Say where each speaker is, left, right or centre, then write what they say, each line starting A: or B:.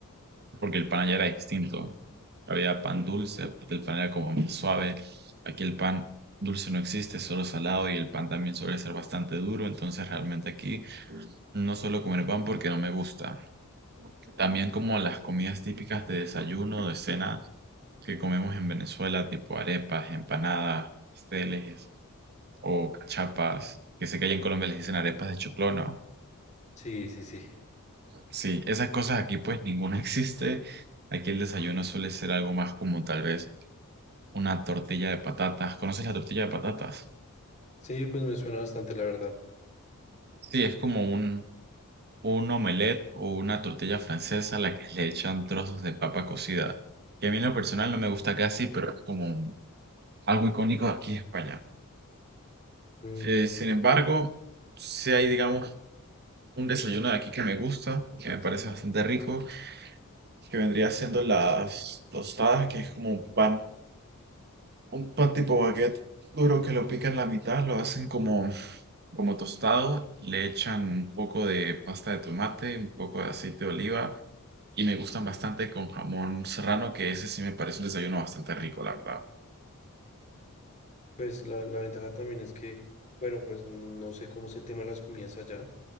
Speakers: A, on the right (about 50°); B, on the left (about 35°).
A: porque el pan allá era distinto. Había pan dulce, el pan era como más suave. Aquí el pan dulce no existe, es solo salado y el pan también suele ser bastante duro, entonces realmente aquí no suelo comer pan porque no me gusta. También como las comidas típicas de desayuno, de cena que comemos en Venezuela, tipo arepas, empanadas, pasteles o cachapas, que sé que allá en Colombia les dicen arepas de choclono.
B: Sí, sí, sí.
A: Sí, esas cosas aquí pues ninguna <laughs> existe. Aquí el desayuno suele ser algo más como tal vez una tortilla de patatas. ¿Conoces la tortilla de patatas?
B: Sí, pues me suena bastante, la verdad.
A: Sí, es como un, un omelette o una tortilla francesa a la que le echan trozos de papa cocida. Que a mí en lo personal no me gusta casi, pero es como un- algo icónico de aquí en España.
B: Mm,
A: Eh, sin embargo, si hay, digamos, un desayuno de aquí que me gusta, que me parece bastante rico, que vendría siendo las tostadas, que es como un pan, un pan tipo baguette duro que lo pican la mitad, lo hacen como, como tostado, le echan un poco de pasta de tomate, un poco de aceite de oliva, y me gustan bastante con jamón serrano, que ese sí me parece un desayuno bastante rico, la verdad.
B: pues la, la ventaja también es que, bueno, pues no sé cómo es el tema de las comidas allá,